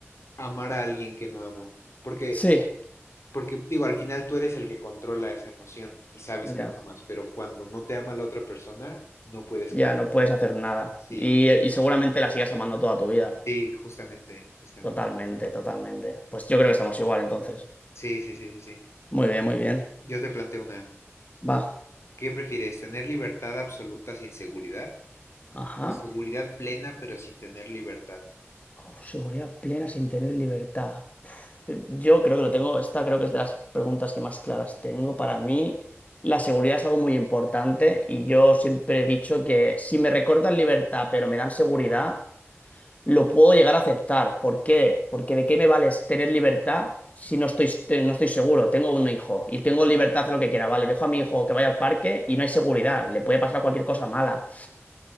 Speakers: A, on the left; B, on the left.
A: amar a alguien que no amo, porque
B: Sí.
A: Porque digo, al final tú eres el que controla esa emoción y sabes
B: Ya,
A: que no amas, pero cuando no te ama la otra persona, no puedes
B: ya
A: cambiar.
B: no puedes hacer nada.
A: Sí,
B: Y, y seguramente la sigas amando toda tu vida.
A: sí, justamente, justamente,
B: Totalmente,
A: justamente.
B: totalmente. Pues yo creo que estamos igual entonces.
A: Sí, sí, sí, sí, sí.
B: Muy bien, muy bien.
A: Yo te planteo una.
B: Va.
A: ¿Qué prefieres, tener libertad absoluta sin seguridad
B: Ajá.
A: o seguridad plena pero sin tener libertad?
B: Oh, seguridad plena sin tener libertad. Yo creo que lo tengo, esta creo que es de las preguntas que más claras tengo. Para mí, la seguridad es algo muy importante y yo siempre he dicho que si me recortan libertad pero me dan seguridad, lo puedo llegar a aceptar. ¿Por qué? Porque ¿de qué me vale tener libertad si no estoy, te- no estoy seguro? Tengo un hijo y tengo libertad de hacer lo que quiera. Vale, dejo a mi hijo que vaya al parque y no hay seguridad. Le puede pasar cualquier cosa mala.